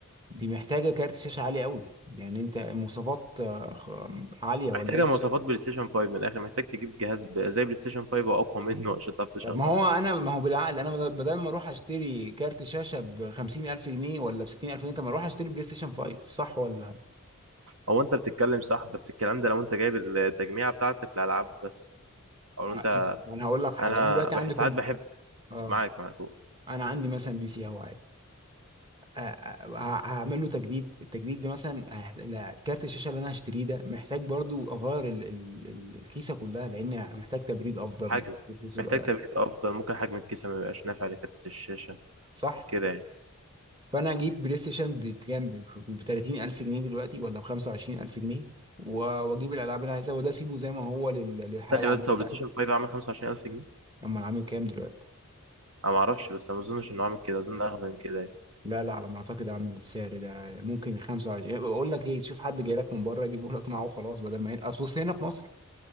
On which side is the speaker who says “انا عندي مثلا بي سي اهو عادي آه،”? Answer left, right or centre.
Right